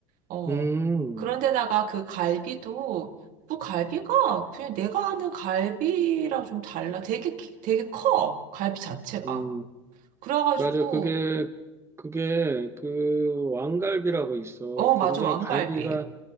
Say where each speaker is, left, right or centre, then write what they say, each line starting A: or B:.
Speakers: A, on the right; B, on the right.
A: 어.
B: 음,
A: 그런데다가 그 갈비도 그 갈비가 그냥 내가 아는 갈비랑 좀 달라. 되게, 기- 되게 커. 갈비 자체가.
B: 음,
A: 그래가지고,
B: 맞아. 그게 그게 그 왕갈비라고 있어.
A: 어,
B: 굉장히
A: 맞아. 왕갈비.
B: 갈비가